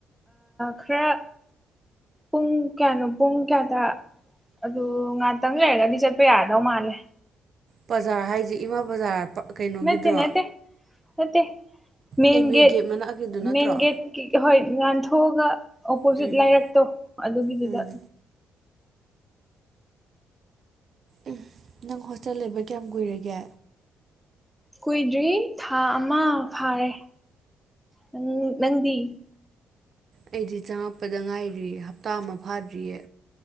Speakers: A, in the centre; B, on the right.
A: ꯈꯔ ꯄꯨꯡ ꯀꯌꯥꯅꯣ ꯄꯨꯡ ꯀꯌꯥꯗ ꯑꯗꯨ ꯉꯍꯥꯛꯇꯪ ꯂꯩꯔꯒꯗꯤ ꯆꯠꯄ ꯌꯥꯗꯧ ꯃꯥꯜꯂꯦ
B: ꯕꯖꯥꯔ ꯍꯥꯏꯁꯦ ꯏꯃꯥ ꯕꯖꯥꯔ ꯀꯩꯅꯣꯒꯤꯗ꯭ꯔꯣ
A: ꯅꯠꯇꯦ ꯅꯠꯇꯦ ꯅꯠꯇꯦ ꯃꯟꯒꯦꯠ
B: ꯑꯦꯝ ꯌꯨ ꯒꯦꯠ ꯃꯅꯥꯛꯀꯤꯗꯨ ꯅꯠꯇ꯭ꯔꯣ
A: ꯃꯟꯒꯦꯠ ꯍꯣꯏ ꯂꯥꯟꯊꯣꯛꯑꯒ ꯑꯣꯄꯣꯖꯤꯠ
B: ꯎꯝ
A: ꯂꯥꯏꯔꯛꯇꯣ ꯑꯗꯨꯒꯤꯗꯨꯗ
B: ꯎꯝ ꯎ ꯅꯪ ꯍꯣꯁꯇꯦꯜ ꯂꯩꯕ ꯀꯌꯥꯝ ꯀꯨꯏꯔꯒꯦ
A: ꯀꯨꯏꯗ꯭ꯔꯤ ꯊꯥ ꯑꯃ ꯐꯥꯔꯦ ꯅꯪ ꯅꯪꯗꯤ
B: ꯑꯩꯗꯤ ꯆꯪꯉꯛꯄꯗ ꯉꯥꯏꯔꯤ ꯍꯞꯇꯥ ꯑꯃ ꯐꯥꯗ꯭ꯔꯤꯌꯦ